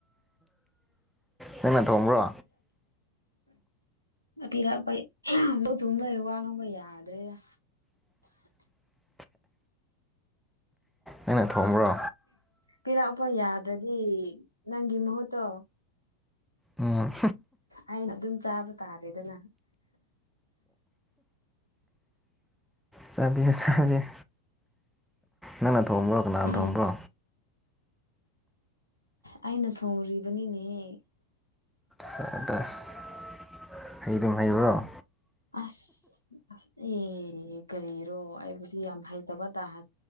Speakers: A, in the centre; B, on the left.
A: ꯅꯪꯅ ꯊꯣꯡꯕ꯭ꯔꯣ
B: ꯀꯔꯤ ꯂꯣꯛꯄꯩ ꯊꯨꯡꯕꯩ ꯋꯥ ꯉꯥꯡꯕ ꯌꯥꯗ꯭ꯔꯦꯗ
A: <inaudible> ꯅꯪꯅ ꯊꯣꯡꯕ꯭ꯔꯣ
B: ꯄꯤꯔꯛꯄ ꯌꯥꯗ꯭ꯔꯗꯤ ꯅꯪꯒꯤ ꯃꯍꯨꯠꯇꯣ
A: ꯎꯝ
B: ꯑꯩꯅ ꯑꯗꯨꯝ ꯆꯥꯕ ꯇꯥꯔꯦꯗꯅ
A: ꯆꯕꯤꯌꯣ ꯆꯥꯕꯤꯌꯣ ꯅꯪ ꯅ ꯊꯣꯡꯕ꯭ꯔꯣ ꯀꯅꯥꯟ
B: ꯑꯥ
A: ꯊꯣꯡꯕ꯭ꯔꯣ
B: ꯑꯩꯅ ꯊꯣꯡꯨꯔꯤꯕꯅꯤꯅꯦꯍꯦ
A: ꯁꯦꯕꯁ ꯍꯩꯗꯨꯝ ꯍꯩꯕ꯭ꯔꯣ
B: ꯑꯁ ꯑꯁ ꯑꯦ ꯀꯔꯤꯔꯣ ꯑꯩꯕꯨꯗꯤ ꯌꯥꯝ ꯍꯩꯇꯕ ꯇꯥ <inaudible>